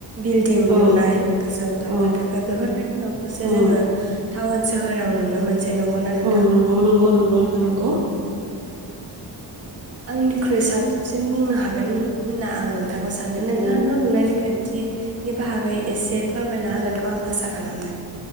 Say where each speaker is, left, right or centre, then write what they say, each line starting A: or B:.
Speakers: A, on the right (about 35°); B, on the right (about 60°).
A: बिल्डिं
B: औ
A: लुनाय गोजौ थाखो
B: औ
A: थाखो बेफोरबायदि न'खौसो
B: औ
A: जोङो टाउन सोहोराव नुनो मोनसै। नंगौना नोंथां?
B: औ नंगौ नंगौ नंगौ नोंथां नंगौ
A: औ औ ओ आंनिख्रुइ साबसिन बुंनो हागोन होनना आं नों थांखौ साननो नोंथाङा
B: औ
A: न' लुनायनि खान्थि नि बाहागै एसे फोरमायना होगोनखौ आं आसा खालामबाय।